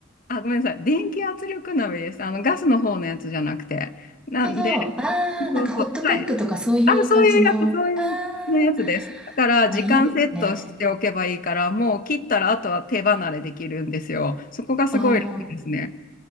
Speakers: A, on the left (about 45°); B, in the centre.
A: あ、ごめんなさい。電気圧力鍋です。あのガスの方のやつじゃなくて。なんで、
B: なるほど。ああ、なんかホットクックとかそういう感じの、
A: そうそう。はいあ、そういうやつ、そういうねやつです。
B: あ
A: だから、
B: あ、
A: 時間セットしておけばいいから、
B: あ、いいですね。
A: もう切ったら、あとは手離れできるんですよ。そこがすごい楽ですね。
B: ああ、